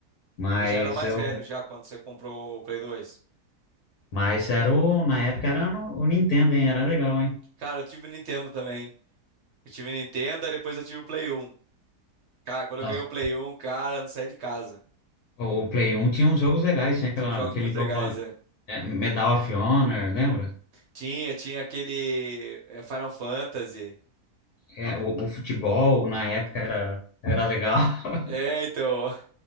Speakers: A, on the left; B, on the right.
A: Mas
B: Eu já era mais
A: eu.
B: velho já quando você comprou o Play dois
A: Mas era o. Na época era no- o Nintendo, hein? Era legal, hein?
B: Cara, eu tive o Nintendo também. Eu tive Nintendo, aí depois eu tive o Play 1. Cara, quando
A: Nossa,
B: eu ganhei o Play 1, cara, eu não saí de casa.
A: o, o Play 1 tinha uns jogos legais, tinha aquela,
B: Tinha jogos
A: aquele
B: muito
A: jogo
B: legais,
A: lá,
B: é.
A: é, Medal of Honor, lembra?
B: Tinha, tinha aquele é, Final Fantasy.
A: É, o, o futebol na época era, era legal. <laughs>
B: É, então,